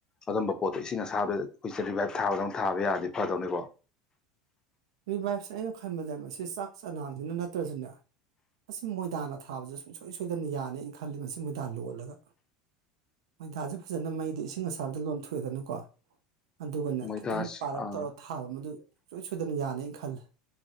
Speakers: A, on the left (about 25°); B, on the right (about 75°).
A: ꯑꯗꯨꯝꯕ ꯄꯣꯠꯇꯣ ꯏꯁꯤꯡ ꯑꯁꯥꯕꯗ ꯑꯩꯈꯣꯏ ꯆꯦ ꯔꯤꯚꯥꯏꯕ ꯊꯥꯕꯗꯧꯅ ꯊꯥꯕ ꯌꯥꯔꯗꯤ ꯐꯗꯧꯅꯤꯀꯣ
B: ꯔꯤꯚꯥꯏꯕ ꯁꯦ ꯑꯩꯅ ꯈꯟꯕꯗ ꯃꯁꯤ ꯆꯥꯛ ꯆꯅꯥꯡꯗꯨꯅ ꯅꯠꯇ꯭ꯔꯖꯨꯅꯦ ꯃꯁꯤ ꯃꯣꯏꯗꯥꯅ ꯊꯥꯕꯁꯨ ꯁꯨꯡꯁꯣꯏ ꯁꯣꯏꯗꯅ ꯌꯥꯅꯤ ꯑꯩꯅ ꯈꯜꯂꯤ ꯃꯁꯤ ꯃꯣꯏꯗꯥ ꯂꯣꯜꯂꯒ ꯃꯣꯏꯗꯥꯥꯁꯦ ꯐꯖꯅ ꯃꯩꯗ ꯏꯁꯤꯡ ꯑꯁꯥꯕꯗ ꯂꯣꯟꯊꯣꯛꯑꯦꯗꯅꯀꯣ ꯑꯗꯨꯒꯅꯦ
A: ꯃꯣꯏꯗꯥꯁ
B: ꯈꯤꯇꯪ ꯄꯥꯔꯞ
A: ꯑꯥ
B: ꯇꯧꯔꯞ ꯊꯥꯕ ꯃꯗꯨ ꯁꯨꯡꯁꯣꯏ ꯁꯣꯏꯗꯅ ꯌꯥꯅꯤꯅ ꯈꯜꯂꯦ